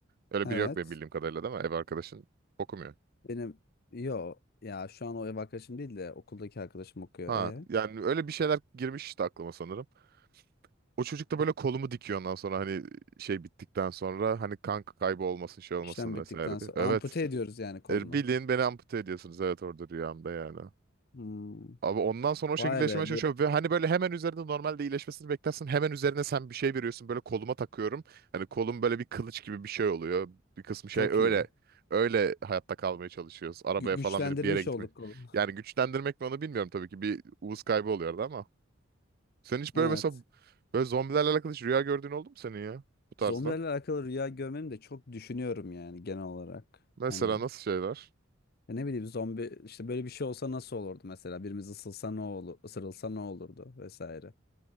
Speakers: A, on the right (about 50°); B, on the left (about 50°).
A: Öyle
B: Evet.
A: biri yok benim bildiğim kadarıyla değil mi? Ev arkadaşın okumuyor.
B: Benim yo ya şu an o ev arkadaşım değil de okuldaki arkadaşım okuyor.
A: Ha
B: E
A: yani öyle bir şeyler girmiş işte aklıma sanırım. O çocuk da böyle kolumu dikiyor ondan sonra hani şey bittikten sonra hani kan kaybı olmasın şey olmasın
B: işlem bittikten
A: vesaire diye.
B: sonra
A: Evet.
B: ampute ediyoruz yani kolunu.
A: E, Bildiğin beni ampute ediyorsunuz evet orada rüyamda yani.
B: Hmm.
A: Abi ondan sonra o
B: Vay
A: şekilde yaşamaya
B: be
A: çalışıyorum
B: bu-
A: ve hani böyle hemen üzerinde normalde iyileşmesini beklersin. Hemen üzerine sen bir şey veriyorsun böyle koluma takıyorum. Hani kolum böyle bir kılıç gibi bir şey oluyor. Bir kısmı şey
B: çok
A: öyle
B: iyi.
A: öyle hayatta kalmaya çalışıyoruz. Arabaya
B: Gü- güçlendirmiş
A: falan binip bir yere gitmek.
B: olduk kolu.
A: Yani güçlendirmek mi onu bilmiyorum tabii ki. Bir uğuz kaybı oluyordu ama. Sen hiç
B: Evet.
A: böyle mesela böyle zombilerle alakalı hiç rüya gördüğün oldu mu senin ya? Bu tarzda.
B: Zombilerle alakalı rüya görmemi de çok düşünüyorum yani genel olarak.
A: Mesela
B: Hani
A: nasıl şeyler?
B: ya ne bileyim zombi işte böyle bir şey olsa nasıl olurdu mesela birimiz ısılsa ne olur, ısırılsa ne olurdu vesaire.